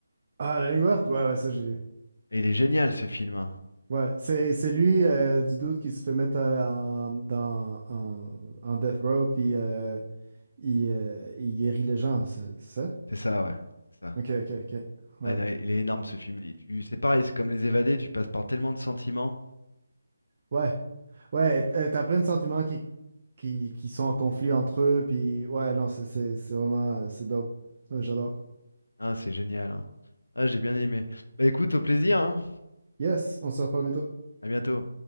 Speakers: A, on the right (about 40°); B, on the left (about 65°).
A: Ah, La Ligne verte? Ouais, ouais, ça, j'ai vu.
B: Et il est génial ce film. hein.
A: Ouais. C'est c'est lui euh, du doute qui se fait mettre euh, en, dans, en, en Death Row, puis euh, il, euh, il guérit les gens, c'est c'est ça?
B: C'est ça, ouais, c'est ça.
A: Ok, ok, ok. Ouais.
B: Ah, il est il est énorme ce film. Et tu- c'est pareil, c'est comme Les Évadés, tu passes par tellement de sentiments.
A: Ouais, ouais, et- et t'as plein de sentiments qui, qui, qui sont en conflit entre eux, puis ouais, non, c'est c'est- c'est vraiment, euh, c'est dope. Ouais, j'adore.
B: Ah, c'est génial, hein. Ah, j'ai bien aimé. Bah écoute, au plaisir, hein.
A: Yes, on se reparle bientôt.
B: À bientôt.